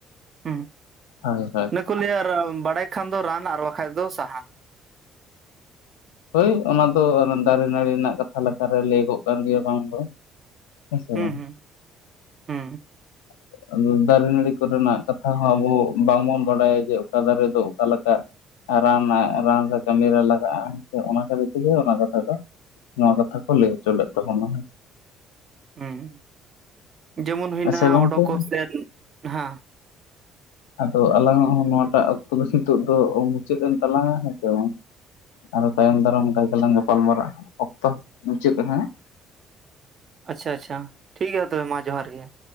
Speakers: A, on the right (about 45°); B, on the left (about 80°).
A: ᱦᱩᱸ ᱾
B: ᱦᱚᱭ ᱦᱚᱭ ᱾
A: ᱚᱱᱮ ᱠᱚ ᱞᱟᱹᱭᱟ ᱵᱟᱲᱟᱭ ᱠᱷᱟᱱ ᱫᱚ ᱨᱟᱱ ᱟᱨ ᱵᱟᱠᱷᱟᱡ ᱫᱚ ᱥᱟᱦᱟᱱ ᱾
B: ᱦᱳᱭ ᱚᱱᱟ ᱫᱚ ᱫᱟᱨᱮ ᱱᱟᱹᱲᱤ ᱨᱮᱱᱟᱜ ᱠᱟᱛᱷᱟ ᱞᱮᱠᱟᱨᱮ ᱞᱟᱹᱭᱟᱹᱜᱚᱜ ᱠᱟᱱ ᱜᱮᱭᱟ ᱵᱟᱝ ᱫᱚᱼᱼ ᱦᱮᱸ ᱥᱮ
A: ᱦᱩᱸ
B: ᱵᱟᱝ ᱾
A: ᱦᱩᱸ ᱦᱩᱸ
B: <inaudible> ᱫᱟᱨᱮ ᱱᱟᱹᱲᱤ ᱠᱚᱨᱮᱱᱟᱜ ᱠᱟᱛᱷᱟ ᱦᱚᱸ ᱟᱵᱚ ᱵᱟᱝᱵᱚᱱ ᱵᱟᱰᱟᱭᱟ ᱡᱮ ᱚᱠᱟ ᱫᱟᱨᱮ ᱫᱚ ᱚᱠᱟ ᱞᱮᱠᱟ ᱾ ᱨᱟᱱ ᱨᱟᱱ ᱨᱮ ᱠᱟᱹᱢᱤᱨᱮ ᱞᱟᱜᱟᱜᱼᱟ, ᱚᱱᱟ ᱠᱷᱟᱹᱛᱤᱨ ᱛᱮᱜᱮ ᱚᱱᱟ ᱠᱟᱛᱷᱟ ᱫᱚᱼᱼ ᱱᱚᱣᱟ ᱠᱟᱛᱷᱟ ᱠᱚ ᱞᱟᱹᱭ ᱦᱚᱪᱚ ᱞᱮᱫ ᱛᱟᱵᱚᱱᱟ ᱾
A: ᱦᱩᱸ, ᱡᱮᱢᱚᱱ ᱦᱩᱭᱱᱟ
B: ᱟᱪᱪᱷᱟ ᱜᱚᱝᱠᱮ
A: ᱚᱰᱳᱠᱚᱜ ᱥᱮ ᱱᱟᱸᱦᱼᱼ
B: ᱟᱫᱚ ᱟᱞᱟᱝᱟᱜ ᱦᱚᱸ ᱱᱚᱣᱟᱴᱟᱜ ᱚᱠᱛᱚ ᱫᱚ ᱱᱤᱛᱚᱜ ᱫᱚ ᱢᱩᱪᱟᱹᱫ ᱮᱱ ᱛᱟᱞᱟᱝᱟ ᱦᱮᱸ ᱥᱮ ᱵᱟᱝ ᱾ ᱟᱨᱚ ᱛᱟᱭᱚᱢ ᱫᱟᱨᱟᱢ ᱚᱱᱠᱟ ᱞᱮᱠᱟᱞᱟᱝ ᱜᱟᱯᱟᱞ ᱢᱟᱨᱟᱨᱟᱜᱼᱟ, ᱚᱠᱛᱚ ᱢᱩᱪᱟᱹᱫ ᱮᱱᱟ ᱦᱮᱸ ᱾
A: ᱟᱪᱪᱷᱟ ᱟᱪᱪᱷᱟ, ᱴᱷᱤᱠ ᱜᱮᱭᱟ ᱛᱚᱵᱮ ᱢᱟ ᱡᱚᱦᱟᱨ ᱜᱮ ᱾